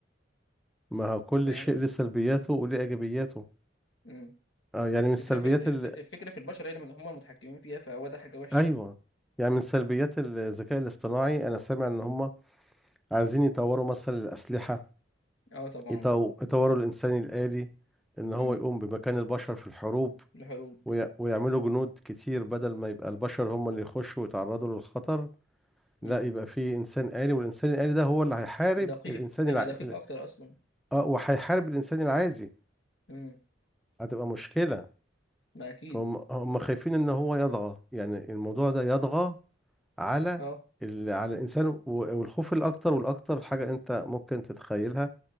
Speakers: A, in the centre; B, on the left (about 70°).
A: ما هو كل
B: فاهم
A: شيء له سلبياته وله ايجابياته
B: مم.
A: آه يعني من السلبيات
B: الفكره في الف-
A: ال...
B: الفكره في البشر هي اللي هم المتحكمين فيها فهو ده حاجه وحشه
A: ايوه يعني من سلبيات الذكاء الاصطناعي انا سامع ان
B: مم.
A: هم عايزين يطوروا مثلا الأسلحة
B: اه طبعا
A: يطو- يطوروا الإنسان الآلي إن هو
B: مم.
A: يقوم بمكان البشر في الحروب
B: الحروب
A: وي- ويعملوا جنود كتير بدل ما يبقى البشر هم اللي يخشوا ويتعرضوا للخطر
B: مم.
A: لا يبقى في إنسان آلي والإنسان الآلي ده هو اللي هيحارب
B: دقيق
A: الإنسان
B: هيبقى
A: الع... ال-
B: دقيق اكتر اصلا
A: آه وهيحارب الإنسان العادي
B: مم.
A: هتبقى مشكلة
B: ما اكيد
A: فهم هم خايفين إن هو يطغى يعني الموضوع ده يطغى على
B: اه
A: ال... على الإنسان و- والخوف الأكتر والأكتر حاجة أنت ممكن تتخيلها